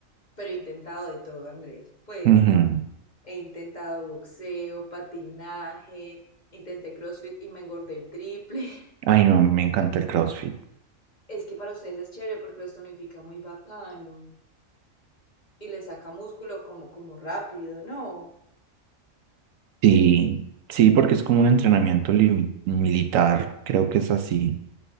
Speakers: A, on the left; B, on the right.
A: pero he intentado de todo, Andrés. Pues.
B: Ujú.
A: He intentado boxeo, patinaje, intenté CrossFit y me engordé el triple. <laughs>
B: Ay, no, me encanta el CrossFit.
A: Es que para ustedes es chévere porque los tonifica muy bacano y les saca músculo como, como rápido, ¿no?
B: Sí, sí, porque es como un entrenamiento li- militar, creo que es así.